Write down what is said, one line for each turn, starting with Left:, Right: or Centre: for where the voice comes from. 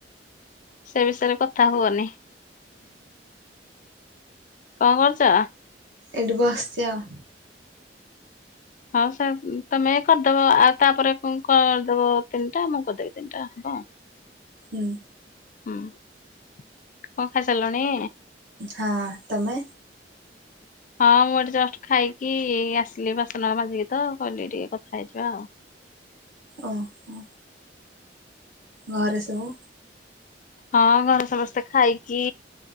Left: ସେ ବିଷୟରେ କଥା ହୁଅନି। କଣ କରୁଚ?
Right: ଏଇଠି ବସିଚି ଆଉ।
Left: ହଁ ସେ ତମେ କରିଦବ ଆଉ ତାପରେ କରିଦବ ତିନିଟା ମୁଁ କରିଦେବି ତିନିଟା ହଁ।
Right: ହୁଁ।
Left: ହୁଁ କଣ ଖାଇସାଲଣୀ?
Right: ହଁ, ତମେ?
Left: ହଁ ମୁଁ ଏଠି ଜଷ୍ଟ ଖାଇକି ଆସିଲି ବାସନ ମାଜିକି ତ, କହିଲି ଟିକେ କଥା ହେଇଯିବା ଆଉ।
Right: ଓ ହୋ। ଘରେ ସବୁ?
Left: ହଁ ଘରେ ସମସ୍ତେ ଖାଇକି